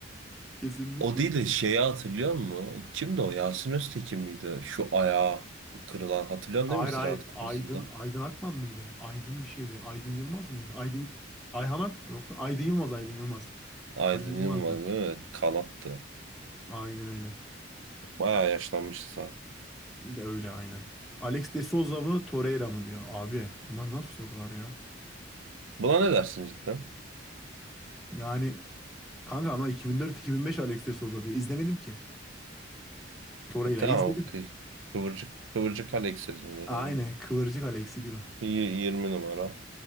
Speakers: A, in the centre; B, on the right (about 80°).
A: <laughs> Kesinlikle.
B: O değil de şeyi hatırlıyor musun? Kimdi o? Yasin Öztekin miydi? Şu ayağı kırılan. Hatırlıyorsun
A: Hayır
B: değil mi? Ziraat
A: hayır.
B: Kupası'nda.
A: Aydın Aydın Akman mıydı? Aydın bir şeydi. Aydın Yılmaz mıydı? Aydın Ayhan Ak yok lan. Aydın Yılmaz Aydın Yılmaz.
B: Aydın
A: Aydın Yılmaz
B: Yılmaz
A: da.
B: değil mi? Kanattı.
A: Aynen öyle.
B: Bayağı yaşlanmışsa.
A: De öyle aynen. Alex de Souza mı Torreira mı diyor. Abi bunlar nasıl sorular ya?
B: Buna ne dersin cidden?
A: Yani kanka ama 2004-2005 Alex de Souza diyor. İzlemedim ki. Torreira'yı
B: E tamam.
A: izledim.
B: o kı- Kıvırcık, kıvırcık Alex sezonu
A: Aynen
B: yani.
A: kıvırcık Alex'i diyor.
B: Y- 20 numara.